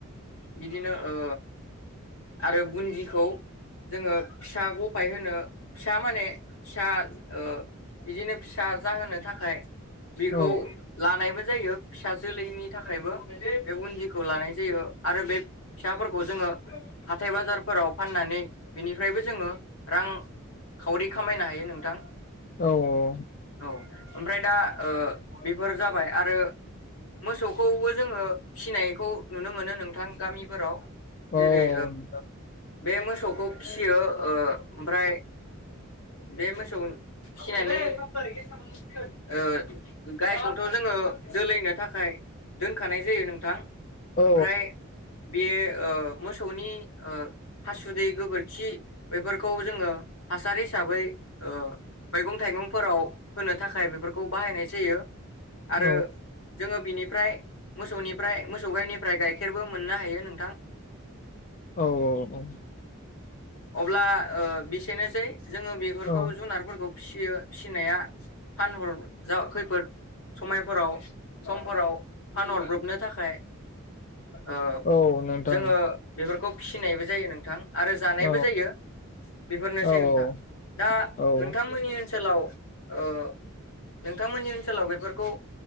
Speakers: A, on the left; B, on the left.
A: बिदिनो ओ आरो बुन्दिखौ जोङो फिसा गफाय होनो फिसा माने फिसा ओ बिदिनो फिसा जाहोनो थाखाय बेखौ
B: औ
A: लानायबो जायो फिसा जोलैनि थाखायबो बे बुन्दिखौ लानाय जायो आरो बे फिसाफोरखौ जोङो हाथाय बाजारफोराव फाननानै बिनि फ्रायबो जोङो रां खावरि खामायनो हायो नोंथां।
B: औ औ औ
A: औ ओमफ्राय दा ओ बेफोर जाबाय आरो मोसौखौबो जोङो फिनायखौ नुनो मोनो नोंथां गामिफोराव जेरै
B: औ औ नोंथां
A: बे मोसौखौ फियो ओ ओमफ्राय बे मोसौ फिनानै ओ गायखौथ जोङो जोलैनो थाखाय दोनखानाय जायो नोंथां
B: औ
A: ओमफ्राय बे ओ मोसौनि ओ हासुदै गोबोर खि बेफोरखौ जोङो हासार हिसाबै ओ मैगं- थाइगंफोराव होनो थाखाय बेफोरखौ बाहायनाय जायो। आरो
B: औ
A: जोङो बिनि फ्राय मोसौनिफ्राय मोसौ गाइनिफ्राय गाइखेरबो मोननो हायो नोंथां
B: औ औ औ
A: अब्ला ओ बेसेनोसै जोङो बेफोरखौ
B: औ
A: जुनारफोर बखौ फियो फिनाया फानहर जा खैफोद समायफोराव समफोराव फानहरब्रबनो थाखाय ओ
B: औ नोंथां
A: जोङो बेफोरखौ फिसिनायबो जायो नोंथां आरो जानायबो
B: औ
A: जायो बेफोरनोसै
B: औ
A: नोंथां।
B: औ
A: दा
B: औ
A: नोंथांमोननि ओनसोलाव ओ नोंथांमोननि ओनसोलाव बेफोरखौ